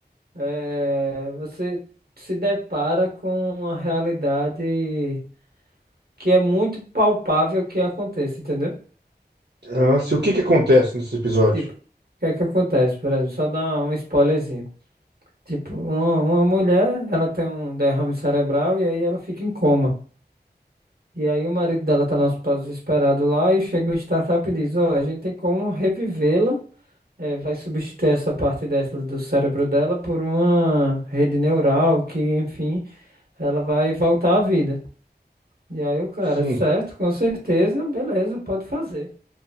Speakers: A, on the right (about 60°); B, on the right (about 80°).
A: é, você se depara com uma realidade que é muito palpável que aconteça, entendeu?
B: Ah, se, o que que acontece nesse episódio?
A: Tipo, o que é que acontece, por exemplo, só dar um spoilerzinho. Tipo, uma, uma mulher, ela tem um derrame cerebral e aí ela fica em coma. E aí o marido dela tá no hospital desesperado lá e chega o startup e diz, ó, a gente tem como revivê-la, eh, vai substituir essa parte dessa do cérebro dela por uma rede neural que, enfim, ela vai voltar à vida. E aí o cara,
B: Sim,
A: certo, com certeza, beleza, pode fazer.